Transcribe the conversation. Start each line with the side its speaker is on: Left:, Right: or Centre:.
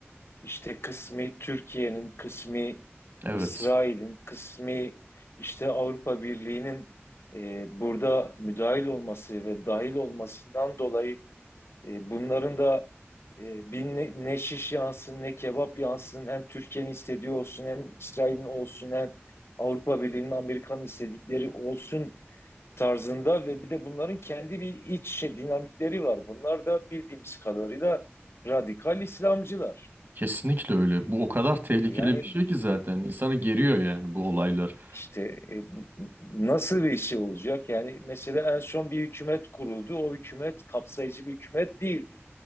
Left: İşte kısmi Türkiye'nin, kısmi
Right: Evet.
Left: İsrail'in, kısmi işte Avrupa Birliği'nin e, burada müdahil olması ve dahil olmasından dolayı e, bunların da e, bir ne, ne şiş yansın ne kebap yansın hem Türkiye'nin istediği olsun hem İsrail'in olsun hem Avrupa Birliği'nin Amerikan istedikleri olsun tarzında ve bir de bunların kendi bir iç şey, dinamikleri var. Bunlar da bildiğimiz kadarıyla radikal İslamcılar.
Right: Kesinlikle öyle. Bu o kadar tehlikeli
Left: Yani
Right: bir şey ki zaten. İnsanı geriyor yani bu olaylar.
Left: işte e, nasıl bir şey olacak? Yani mesela en son bir hükümet kuruldu. O hükümet kapsayıcı bir hükümet değildi.